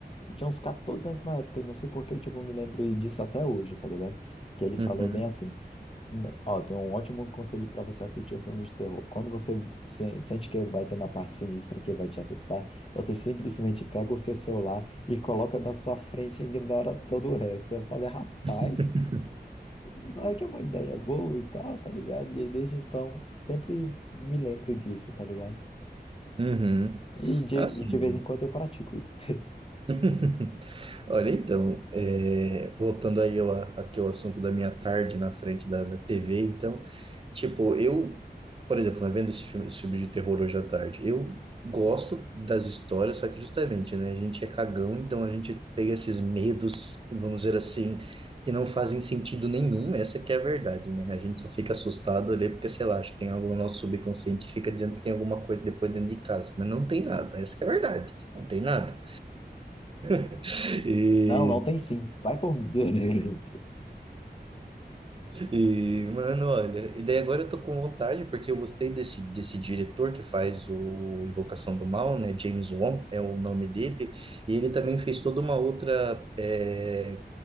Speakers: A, on the left (about 35°); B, on the right (about 30°).
A: eu tinha uns 14 anos na época, e não sei por que eu tipo, me lembro disso até hoje, tá ligado? Que ele
B: Uhum,
A: falou bem assim: "N- Ó, tem um ótimo conselho pra você assistir um filme de terror. Quando você se- sente que vai ter uma parte sinistra que vai te assustar, você simplesmente pega o seu celular e coloca na sua frente e ignora todo o resto. Eu falei, rapaz.
B: <laughs>
A: Não é que é uma ideia boa e tal, tá ligado? E aí, desde então, sempre me lembro disso, tá ligado?
B: uhum.
A: E de,
B: Assim,
A: e de vez em quando eu pratico isso. <laughs>
B: <laughs> Olha, então, é, voltando aí ao, aquele assunto da minha tarde na frente da, da TV, então, tipo, eu, por exemplo, né, vendo esse filme, esse filme de terror hoje à tarde, eu gosto das histórias, só que justamente, né, a gente é cagão, então a gente tem esses medos, vamos dizer assim, que não fazem sentido nenhum, essa que é a verdade, né, a gente só fica assustado ali porque, sei lá, acho que tem algo no nosso subconsciente que fica dizendo que tem alguma coisa depois dentro de casa, mas não tem nada, essa que é a verdade, não tem nada. <laughs> E,
A: Não, não tem sim. Vai por mim. <laughs>
B: e, mano, olha, e daí agora eu tô com vontade, porque eu gostei desse, desse diretor que faz o Invocação do Mal, né? James Wan é o nome dele, e ele também fez toda uma outra é,